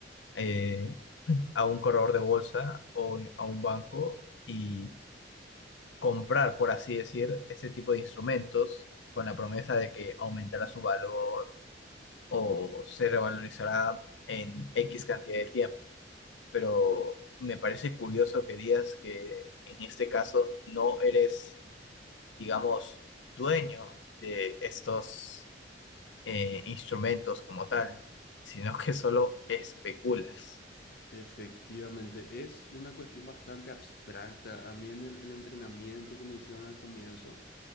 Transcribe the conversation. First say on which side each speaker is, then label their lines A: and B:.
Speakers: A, on the left (about 80°); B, on the left (about 60°).
A: eh, a un corredor de bolsa o a un banco y comprar, por así decir, ese tipo de instrumentos con la promesa de que aumentará su valor o se revalorizará en X cantidad de tiempo. Pero me parece curioso que digas que en este caso no eres, digamos, dueño de estos eh, instrumentos como tal, sino que solo especulas.
B: Efectivamente, es una cuestión bastante abstracta. A mí en el, el entrenamiento que me hicieron al comienzo,